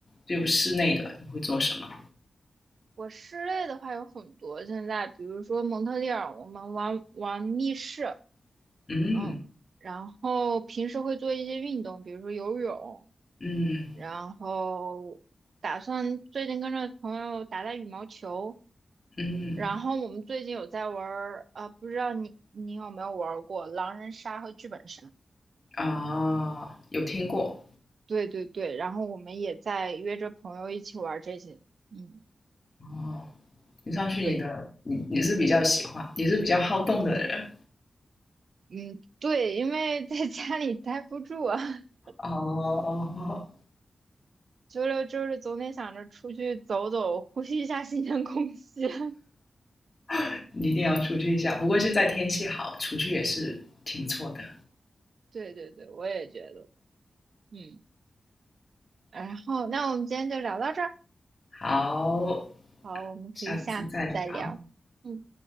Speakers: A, on the left (about 30°); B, on the right (about 70°).
A: 就室内的你会做什么？
B: 我室内的话有很多，现在比如说蒙特利尔，我们玩玩密室，
A: 嗯
B: 嗯，然后平时会做一些运动，比如说游泳，
A: 嗯
B: 然后打算最近跟着朋友打打羽毛球，
A: 嗯，
B: 然后我们最近有在玩儿，呃，不知道你你有没有玩过狼人杀和剧本杀？
A: 啊，有听过
B: 对对对，然后我们也在约着朋友一起玩这些。嗯，
A: 哦。你上去你的，
B: 对，
A: 你你是比较喜欢，你是比较好动的人
B: 嗯，对，因为在家里待不住啊，<laughs>
A: 哦，
B: 周六周日总得想着出去走走，呼吸一下新鲜空气。<laughs>
A: <laughs> 你一定要出去一下。不过现在天气好，出去也是挺错的。
B: 对对对，我也觉得，嗯，然后那我们今天就聊到这儿，
A: 好，
B: 好，我们可以下次再聊。
A: 下次再聊。
B: 嗯。